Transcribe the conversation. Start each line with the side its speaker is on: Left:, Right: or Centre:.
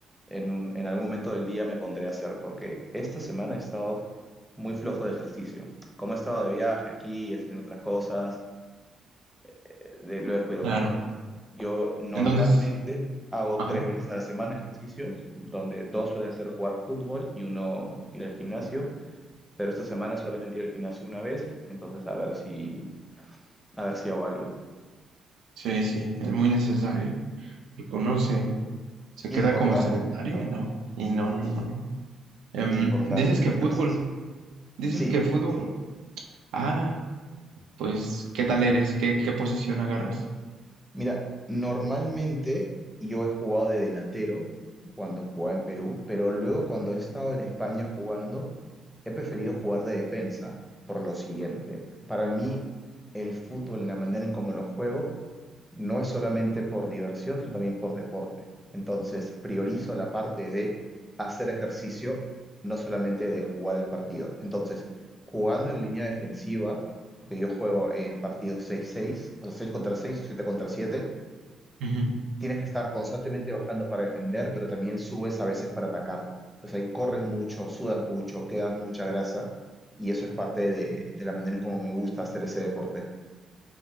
Centre: en, un- en algún momento del día me pondré a hacer, porque esta semana he estado muy flojo de ejercicio. Como he estado de viaje aquí y haciendo otras cosas, eh, de- lo he cuidado
Right: Claro.
Centre: un poco. Yo normalmente
Right: Entonces,
Centre: hago
Right: ajá,
Centre: tres veces a la semana ejercicios, donde dos suelen ser jugar fútbol y uno ir al gimnasio, pero esta semana solamente he ido al gimnasio una vez, entonces a ver si, a ver si hago algo.
Right: sí, sí, es muy necesario. Reconoce. Se
Centre: Importante,
Right: queda como sedentario y no. Y no, no, no. no. Em,
Centre: importante
Right: dices
Centre: hacer
Right: que
Centre: ejercicio.
Right: fútbol. Dices
Centre: Sí,
Right: que fútbol. Ah, pues, ¿qué tal eres? ¿Qué, qué posición agarras?
Centre: mira, normalmente yo he jugado de delantero cuando jugaba en Perú, pero luego cuando he estado en España jugando, He preferido jugar de defensa por lo siguiente. Para mí, el fútbol, la manera en cómo lo juego, no es solamente por diversión, sino también por deporte. Entonces, priorizo la parte de hacer ejercicio, no solamente de jugar el partido. Entonces, jugando en línea defensiva, porque yo juego en partidos seis seis, o sea, 6 contra seis o siete contra siete
Right: Ujú.
Centre: tienes que estar constantemente bajando para defender, pero también subes a veces para atacar. Entonces ahí corres mucho, sudas mucho, quedas mucha grasa y eso es parte de, de la manera en cómo me gusta hacer ese deporte.